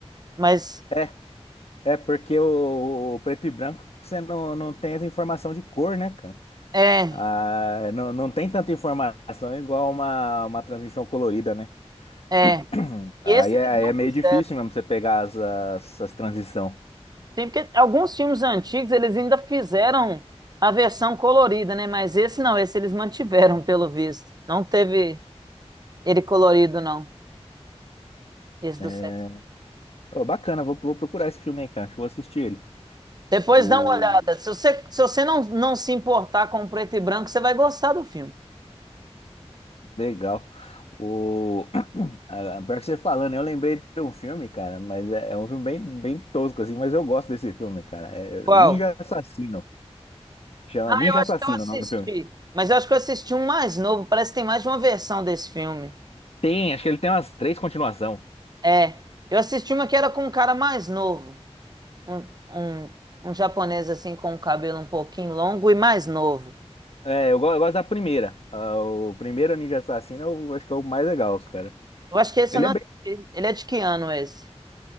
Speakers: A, on the right (about 40°); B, on the left (about 65°).
A: Mas
B: é, é porque o, o preto e branco você não, não tem essa informação de cor, né, cara?
A: é,
B: Ah, não, não tem tanta informação igual uma, uma transmissão colorida, né?
A: é.
B: <clears throat> Aí
A: E esse
B: é,
A: eles
B: aí
A: não
B: é meio
A: fizeram.
B: difícil mesmo você pegar as, as, as transição.
A: tem porque alguns filmes antigos eles ainda fizeram a versão colorida, né? Mas esse não, esse eles mantiveram, <laughs> pelo visto. Não teve ele colorido, não. Esse
B: É,
A: do sexo.
B: ô, bacana, vou, vou procurar esse filme aí, cara. Acho que Vou assistir ele.
A: Depois
B: O,
A: dá uma olhada. Se você, se você não, não se importar com o preto e branco, você vai gostar do filme.
B: Legal. O... <clears throat> a- a- Pior que você falando, eu lembrei de um filme, cara, mas é, é um filme bem, bem tosco, assim, mas eu gosto desse filme, cara. É
A: Qual?
B: Ninja Assassino. Chama
A: Ah,
B: Ninja
A: eu acho
B: Assassino
A: que eu assisti.
B: o nome do filme.
A: Mas eu acho que eu assisti um mais novo. Parece que tem mais de uma versão desse filme.
B: Tem, acho que ele tem umas três continuação.
A: É. Eu assisti uma que era com um cara mais novo. Um, um, um japonês assim com o cabelo um pouquinho longo e mais novo.
B: É, eu, go- eu gosto da primeira. Ah, o primeiro Ninja Assassino eu acho que é o mais legal, cara.
A: Eu acho que esse
B: Ele
A: eu não.
B: é bem.
A: assisti. Ele é de que ano esse?